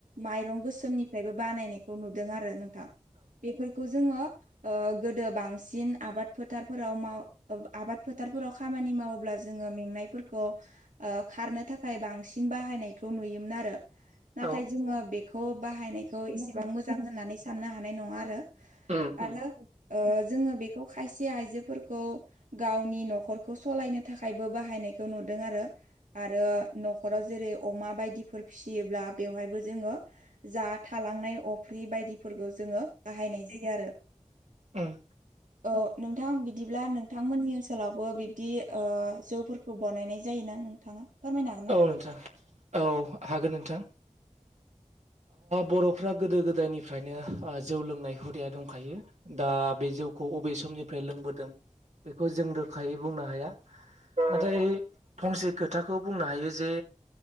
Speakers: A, on the right (about 90°); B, on the right (about 65°).
A: माइरं गोसोमनिफ्रायबो बानायनाय नुदों आरो नोंथां बेफोरखौ जोङो गोदो बांसिन आबाद फोथारफोराव माव आबाद फोथारफोराव खामानि मावोब्ला जोङो मेंनायफोरखौ खारनो थाखाय बांसिन बाहायनायखौ नुयोमोन आरो। नाथाय
B: औ
A: जोङो बेखौ बाहायनायखौ एसेबां मोजां होननानै साननो हानाय नङा आरो।
B: उम उम
A: आरो जोङो बेखौ खायसे आइजोफोरखौ गावनि न'खरखौ सालायनो थाखायबो बाहायनायखौ नुदों आरो। आरो न'खराव जेरै अमा बायदिफोर फिसियोब्ला बेवहायबो जोङो जा थालांनाय अफ्रि बायदिफोरखौ जोङो बाहायनाय जायो आरो।
B: उम
A: औ नोंथां बिदिब्ला नोंथांमोननि ओनसोलावबो बे बिदि जौफोरखौ बानायनाय जायोना नोंथाङा फोरमायनो हागोन ना?
B: औ नोंथां औ हागोन नोंथां। बर'फ्रा गोदो गोदायनिफ्रायनो जौ लोंनाय हुदाया दंखायो। दा बे जौखौ अबे समनिफ्राय लोंबोदों बेखौ जों रोखायै बुंनो हाया। नाथाय फंसे खोथाखौ बुंनो हायो जे